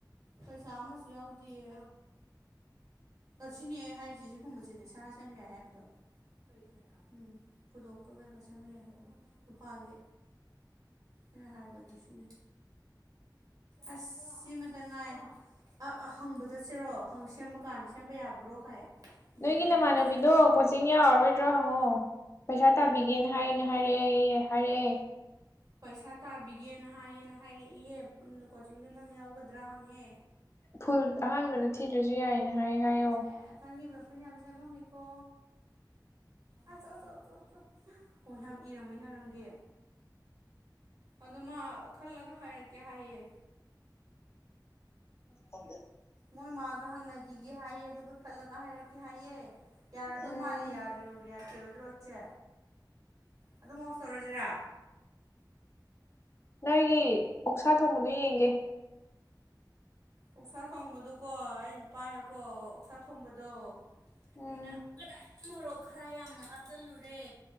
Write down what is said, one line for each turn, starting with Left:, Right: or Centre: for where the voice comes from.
Right: ꯄꯩꯁꯥ ꯑꯃꯁꯨ ꯌꯥꯎꯗꯤꯌꯦ ꯑꯁꯤꯅꯦ ꯍꯥꯏꯁꯦ ꯑꯁꯤꯒꯨꯝꯕꯁꯤꯅꯦ ꯁꯅꯥ ꯁꯦꯝꯕ ꯌꯥꯏ ꯍꯥꯏꯕꯗꯣ ꯀꯩ ꯁꯅꯥ ꯎꯝ ꯈꯨꯗꯣꯞꯀ ꯀꯩꯒ ꯁꯦꯝꯕ ꯌꯥꯏ ꯍꯥꯏꯕꯗꯣ ꯂꯨꯄꯥꯒꯤ ꯑꯩꯅ ꯍꯥꯏꯕꯗꯨ ꯁꯤꯅꯦ ꯑꯁ ꯁꯤꯃꯇꯪ ꯉꯥꯏꯔꯦꯗꯣ ꯑꯥ ꯑꯥ ꯍꯪꯕ ꯆꯠꯁꯤꯔꯣ ꯁꯦꯝꯕ ꯀꯥꯟꯗ ꯁꯦꯝꯕ ꯌꯥꯕ꯭ꯔꯣ ꯀꯥꯏ ꯑꯗꯨ
Left: ꯅꯣꯏꯒꯤ
Right: ꯌꯥꯏ
Left: ꯅꯃꯥꯟꯅꯕꯤꯗꯣ
Right: ꯍꯥꯏꯔꯗꯤ ꯁꯦꯝꯕ ꯌꯥꯏ
Left: ꯀꯣꯆꯤꯡ ꯀꯣꯆꯤꯡ ꯌꯥꯎꯔꯔꯣꯏꯗ꯭ꯔ ꯍꯪꯉꯣ ꯄꯩꯁꯥ ꯇꯥꯕꯤꯒꯦꯅ ꯍꯥꯏꯅ ꯍꯥꯏꯔꯛꯑꯦꯌꯦ ꯍꯥꯏꯔꯛꯑꯦ
Right: ꯄꯩꯁꯥ ꯇꯥꯕꯤꯒꯦꯅ ꯍꯥꯏꯌꯦꯅ ꯍꯥꯏꯔꯛꯑꯦꯌꯦ ꯄꯨꯟꯅ ꯀꯣꯆꯤꯡꯗꯣ ꯅꯪ ꯌꯥꯎꯒꯗ꯭ꯔ ꯍꯪꯉꯦ
Left: ꯐꯨꯜ ꯑꯍꯥꯟꯕꯗ ꯊꯤꯗ꯭ꯔꯁꯨ ꯌꯥꯏꯅ ꯍꯥꯏ ꯍꯥꯏꯌꯣ
Right: ꯁꯦ ꯅꯪꯗꯤ ꯋꯦꯄꯟ ꯌꯥꯝ ꯁꯦꯝꯃꯝꯃꯤꯀꯣ ꯑꯁ ꯆꯣ ꯆꯣ ꯆꯣ ꯆꯣ ꯑꯣ ꯌꯥꯝ ꯏꯔꯝꯃꯤꯅ ꯅꯪꯗꯤ ꯑꯗꯣ ꯃꯥ ꯈꯜꯂꯒ ꯍꯥꯏꯔꯛꯀꯦ ꯍꯥꯏꯌꯦ
Left: ꯈꯪꯗꯦ
Right: ꯃꯣꯏ ꯃꯥꯒ ꯍꯪꯅꯈꯤꯒꯦ ꯍꯥꯏꯌꯦ ꯑꯗꯨꯒ ꯈꯜꯂꯒ ꯍꯥꯏꯔꯛꯀꯦ ꯍꯥꯏꯌꯦ ꯌꯥꯔꯗꯨ
Left: ꯎꯝ
Right: ꯃꯥꯜꯂꯦ ꯌꯥꯗ꯭ꯔꯣ ꯌꯥꯈꯤꯔꯣꯏꯗ꯭ꯔꯣ ꯆꯦ ꯑꯗꯨꯝ ꯑꯣꯐ ꯇꯧꯔꯖꯤꯔ
Left: ꯅꯣꯏꯒꯤ ꯑꯣꯛꯁꯥ ꯊꯣꯡꯕꯗꯨ ꯌꯦꯡꯒꯦ
Right: ꯑꯣꯛꯁꯥ ꯊꯣꯡꯕꯗꯣꯀꯣ ꯑꯩ ꯅꯨꯄꯥꯅꯀꯣ ꯑꯣꯛꯁꯥ ꯊꯣꯡꯕꯗꯣ
Left: ꯎꯝ
Right: ꯑꯩꯅ ꯀꯗꯥꯏ ꯃꯣꯔꯣꯛ ꯈꯔ ꯌꯥꯝꯅ ꯍꯥꯞꯆꯜꯂꯨꯔꯦ